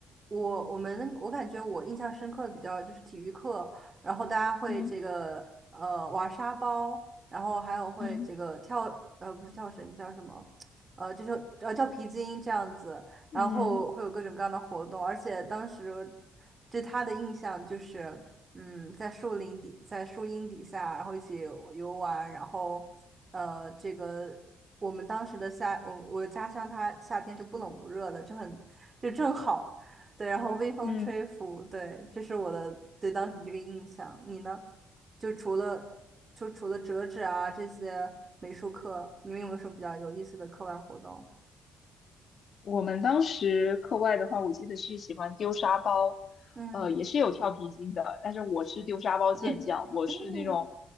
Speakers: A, on the right; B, on the left.
A: 我我们我感觉我印象深刻的比较就是体育课，然后大家会这个呃玩沙包，
B: 嗯
A: 然后还有会这个跳呃不是跳绳叫什么，
B: 嗯
A: 呃就是呃跳皮筋这样子，然后会有各种各样的活动，
B: 嗯
A: 而且当时对他的印象就是。嗯，在树林底，在树荫底下，然后一起游玩，然后，呃，这个我们当时的夏，我我的家乡它夏天是不冷不热的，就很就正好，对，然后微风吹拂，
B: 嗯。
A: 对，这是我的对当时这个印象。你呢？就除了就除了折纸啊这些美术课，你们有没有什么比较有意思的课外活动？
B: 我们当时课外的话，我记得是喜欢丢沙包，
A: 嗯
B: 呃，也是有跳皮筋的，但是我是丢沙包健将，
A: 嗯
B: 我是那种
A: <laughs>